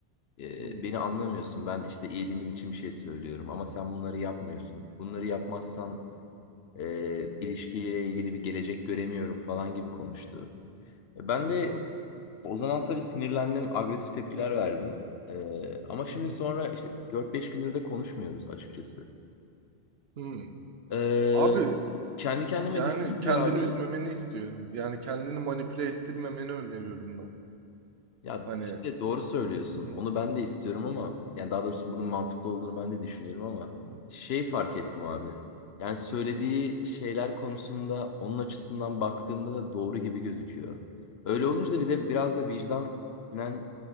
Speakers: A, on the left; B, on the right.
A: Ee,
B: Hı hı.
A: beni anlamıyorsun. Ben işte iyiliğimiz için bir şey söylüyorum ama sen bunları yapmıyorsun. Bunları yapmazsan e, ilişkiyle ilgili bir gelecek göremiyorum falan gibi konuştu. E, Ben
B: Hı
A: de
B: hı.
A: o zaman tabii sinirlendim, agresif tepkiler verdim. E, ama şimdi
B: Hı hı.
A: sonra işte 4-5 gündür de konuşmuyoruz açıkçası.
B: Hı.
A: E,
B: Abi
A: kendi kendime
B: Yani
A: düşününce
B: kendini
A: abi
B: üzmemeni istiyorum. Yani kendini manipüle ettirmemeni öneriyorum ben.
A: Ya
B: Hani
A: işte doğru söylüyorsun.
B: Hı hı,
A: Onu ben de istiyorum ama yani daha doğrusu bunun mantıklı olduğunu ben de düşünüyorum ama
B: hı
A: şey fark ettim abi. Yani söylediği şeyler konusunda onun açısından baktığımda da doğru gibi gözüküyor. Öyle olunca
B: hı,
A: da bir de biraz da vicdanen